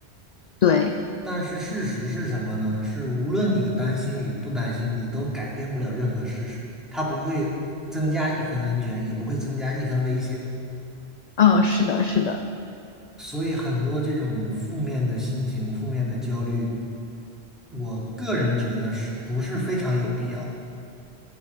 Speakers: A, on the left; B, in the centre.
A: 对，
B: 但是事实是什么呢？是无论你担心与不担心，你都改变不了任何事实，它不会增加一分安全，也不会增加一分危险。
A: 嗯，是的，是的，
B: 所以很多这种负面的心情、负面的焦虑，我个人觉得是不是非常有必要？